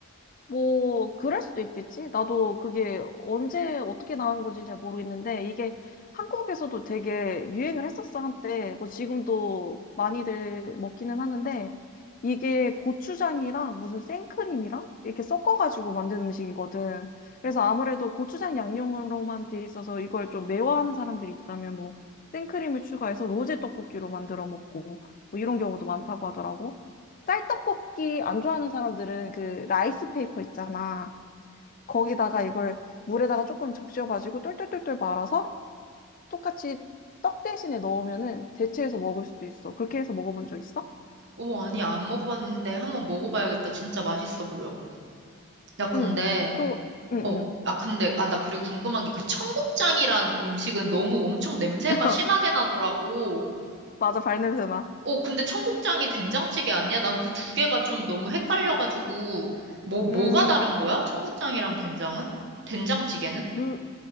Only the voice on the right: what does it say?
오 아니 안 먹어봤는데 한번 먹어봐야겠다 진짜 맛있어 보여 야 근데
어. 아, 근데, 아, 나 그리고 궁금한 게 그 청국장이란 음식은 너무 엄청 냄새가
심하게 나더라고.
어, 근데 청국장이 된장찌개 아니야? 난 그 두 개가 좀 너무 헷갈려가지고, 뭐, 뭐가
다른 거야? 청국장이랑 된장은? 된장찌개는?